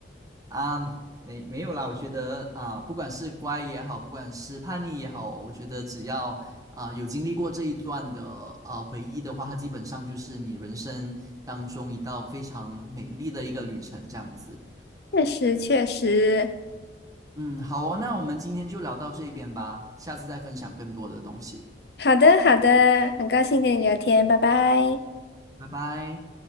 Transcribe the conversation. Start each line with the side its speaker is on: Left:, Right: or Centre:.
Right: 啊，没没有啦，我觉得啊，不管是乖也好，不管是叛逆也好，我觉得只要啊有经历过这一段的啊回忆的话，它基本上就是你人生当中一道非常美丽的一个旅程，这样子。
Left: 确实确实。
Right: 嗯，好哦，那我们今天就聊到这边吧，下次再分享更多的东西，
Left: 好的好的，很高兴跟你聊天，拜拜。
Right: 拜拜。